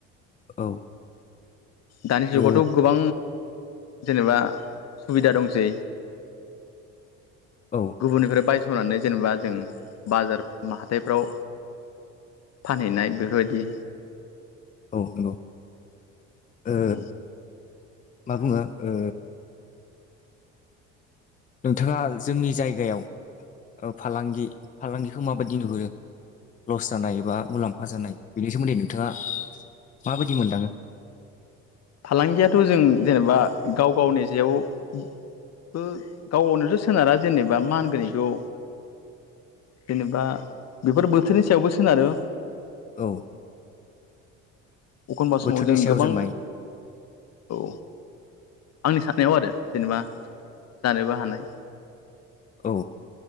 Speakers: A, on the left; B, on the left.
A: औ
B: दानि जुगावथ'
A: ओ
B: गोबां जेनेबा सुबिदा दंसै
A: औ
B: गुबुननिफ्राय बाय थ'नानै जेनेबा जों बाजार मा हाथाइफ्राव फानहैनाय बेफोरबायदि
A: औ नंगौ ओ
B: औ
A: मा बुङो ओ नोंथाङा जोंनि जायगायाव फालांगि फालांगिखौ माबायदि नुहुरो लस जानाय बा मुलाम्फा जानाय बेनि सोमोन्दै नोंथाङा माबायदि मोनदाङो
B: फालांगियाथ' जों जेनेबा गाव गावनि जेयाव बो गाव गावनावथ' सोनारा जेनेबा मा होनगोन बेखौ जेनेबा बेफोर बोथोरनि सायावबो सोनारो
A: औ
B: अखनबा
A: बोथोरनि
B: समाव जों
A: सायाव
B: गोबां
A: जाबाय
B: औ आंनि साननायाव आरो जेनेबा जानोबो हानाय
A: औ